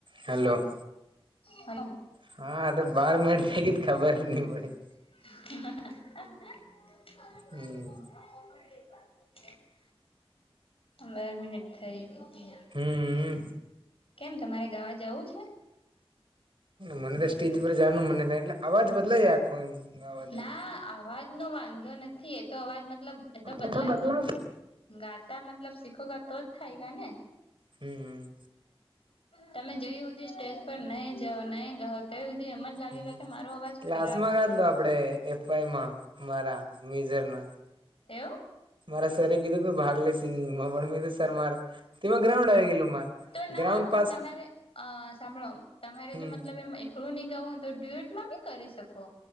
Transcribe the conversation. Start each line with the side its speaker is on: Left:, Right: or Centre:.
Right: હલો.
Left: હલો
Right: હા તો બાર મિનિટ થી ગી તો ખબર જ ની પડી.
Left: <inaudible>
Right: હમ
Left: બે મિનિટ થઇ ગી તી.
Right: હમમ.
Left: કેમ તમારે ગાવા જવું છે?
Right: મને તો સ્ટેજ પર જવાનું મને થાય એટલે અવાજ બદલાય આખો એમ. અવાજ
Left: ના
Right: એમ
Left: અવાજ નો વાંધો નથી, એતો અવાજ મતલબ એતો બદલાય.
Right: એ તો બદલા જ
Left: ગાતા મતલબ સીખોગા તો જ થયગા ને.
Right: હમ્મ.
Left: તમે જય હુધી સ્ટેજ પર નય જાઓ નય જાવો ત્ય સુધી એમજ લાગે
Right: હમ
Left: ગ કે મારો અવાજ
Right: ક્લાસમાં
Left: ખરાબ છે.
Right: ગાધલો આપડે એફ આઈ માં મારા મેજર ના.
Left: એવું
Right: મારા સર એ કીધું તું ભાગ લે સિંગિંગમાં પણ મે કીધું સર મારે તેમાં ગ્રાઉન્ડ આવી ગયેલું મારે
Left: તો ના
Right: ગ્રાઉન્ડ
Left: પણ
Right: પાસ
Left: તમારે અહ સાંભળો તમારે
Right: હમ
Left: જો મતલબ એમ કોરું નહીં ગાવું હોય તો ડ્યુએટમાં બી કરી શકો.